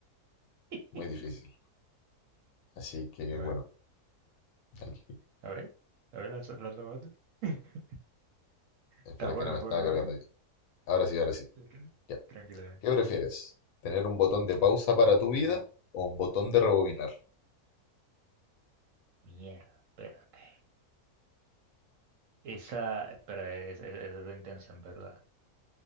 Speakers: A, on the right; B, on the left.
A: <laughs>
B: Muy difícil. Así que
A: A
B: bueno,
A: ver,
B: aquí.
A: a ver, a ver, lanza- lánzame otro. <laughs>
B: Espero
A: Está bueno
B: que no me
A: el
B: estaba
A: juego,
B: cargando
A: ¿eh?
B: ya. Ahora sí, ahora sí.
A: Tranquila,
B: Ya.
A: tranquila.
B: ¿Qué prefieres? ¿Tener un botón de
A: Ujú.
B: pausa para tu vida o un botón de rebobinar?
A: Mierda, espérate. Esa, espera, es esa- esa está intensa en verdad.